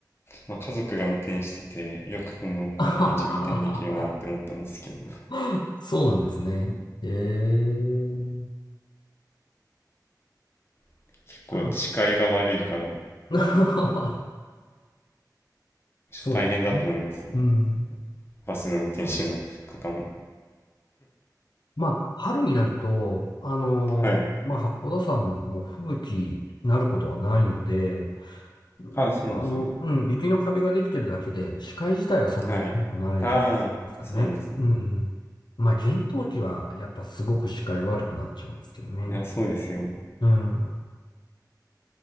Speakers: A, on the left; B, on the left.
A: まあ、家族が運転してて、よくこの、こんな道運転できるなって思ったんですけど、
B: あはははは <laughs> そうなんですね。ええ。
A: <laughs> 結構視界が悪いから、
B: うん <laughs> そうですね。
A: 大変だと思いますね。
B: うん。
A: バスの運転手の方も。
B: まあ、春になると、あのーまあ、
A: はい。
B: 八甲田山も吹雪になることはないので、うんあの、
A: あ、そうですね。
B: うん、雪の壁ができてるだけで、視界自体はそんなに悪くない
A: はい。ああ、
B: ですかね。
A: そうなんですね。
B: うん。まあ、厳冬期はやっぱすごく視界悪くなっちゃうんですけどね。
A: いや、そうですよね。
B: うん。